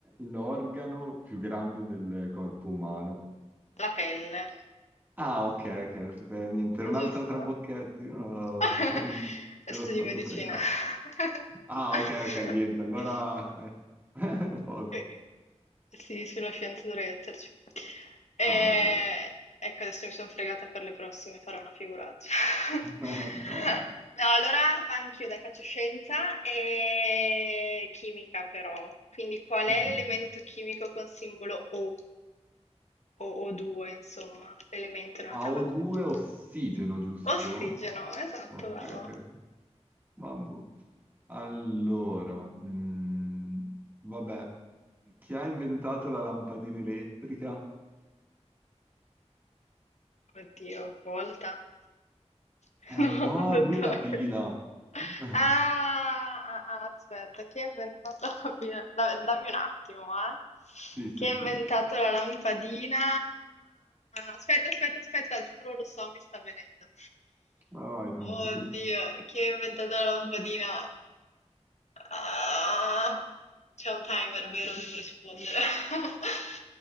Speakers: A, on the right; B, on the left.
A: <laughs> l'organo più grande del corpo umano?
B: La pelle,
A: Ah, ok, ok, non sapevo niente. Era un'altra
B: giusto?
A: trabocchetta, io no,
B: <laughs>
A: <laughs> ero
B: Studi
A: stato
B: medicina.
A: fregato.
B: <laughs>
A: Ah, ok, ok, niente, allora... eh, <laughs> posso.
B: Eh, Sì, sulla scienza dovrei esserci. E...
A: Ah, ok.
B: Ecco, adesso mi sono fregata per le prossime, farò una figuraccia. <laughs>
A: <laughs> No, va.
B: No, allora va anch'io, dai, faccio scienza e chimica però. Quindi qual
A: Mm.
B: è l'elemento chimico con simbolo O o O2, insomma, l'elemento in
A: AO2
B: una tavola periodica?
A: ossigeno, giusto?
B: Ossigeno, esatto,
A: Ok,
B: bravo.
A: ok. ok. Mamma. Allora, mm, vabbè, chi ha inventato la lampadina elettrica?
B: Oddio, volta. <laughs>
A: Eh
B: No,
A: no,
B: ho detto
A: lui è la
B: la
A: pila.
B: cagata.
A: <laughs>
B: Ah, ah, ah, aspetta, chi ha inventato la pila- da- Dammi un attimo, eh.
A: Sì, sì,
B: Chi ha
A: sì.
B: inventato
A: Vai,
B: la lampadina? Aspetta, aspetta, aspetta, giuro, lo so, mi sta venendo.
A: vai, tranquillo.
B: Oddio, chi ha inventato la lampadina? Ah, c'è un timer, vero? Devo rispondere. <laughs>